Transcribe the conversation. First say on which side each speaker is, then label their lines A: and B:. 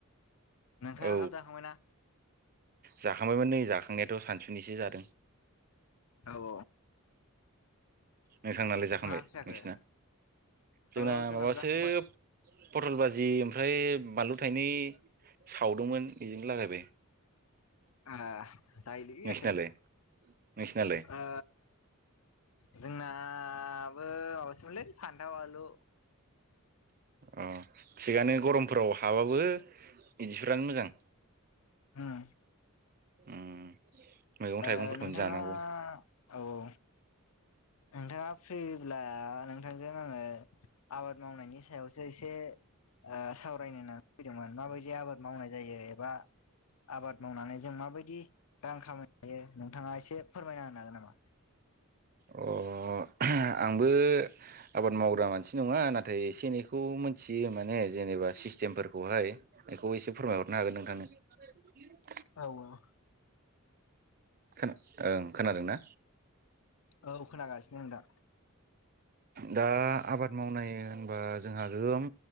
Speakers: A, on the left; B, on the right.
A: नोंथाङा
B: औ
A: ओंखाम जाखांबायना?
B: जाखांबायमोन नै जाखांनायाथ' सानसुनिसो जादों।
A: औ
B: नोंथांनालाय जाखांबाय
A: मा ओंख्रि जाखो
B: नोंसिना जोंना
A: औ जोंनाबो
B: माबासो
A: जाखांबाय
B: पटल बाजि ओमफ्राय बानलु थाइनै सावदोंमोन बेजोंनो लागायबाय
A: ओ जायोलै
B: नोंसिनालाय
A: आसोल
B: नोंसिनालाय
A: ओ जोंनाबो माबासोमोनलै फान्थाव आलु
B: अह थिगानो गरमफोराव हाबाबो बिदिफोरानो मोजां
A: उम
B: उम मैगं
A: ओह
B: थाइगंफोरखौनो
A: नोंथाङा
B: जानांगौ
A: औ औ नोंथाङा फ्रिब्ला नोंथांजों आङो आबाद मावनायनि सायावसो एसे ओह सावरायनो होननानै फैदोंमोन माबायदि आबाद मावनाय जायो एबा आबाद मावनानै जों माबायदि रां खामायनो हायो नोंथाङा एसे फोरमायना होनो हागोन नामा।
B: अह आंबो आबाद मावग्रा मानसि नङा नाथाय एसे एनैखौ मिनथियो माने जेनेबा सिस्टेमफोरखौहाय बेखौ एसे फोरमायहरनो हागोन नोंथांनो
A: औ ओह
B: खोना ओं खोनादोंना
A: औ खोनागासिनो आं दा
B: दा आबाद मावनाय होनबा जोंहा गोगोम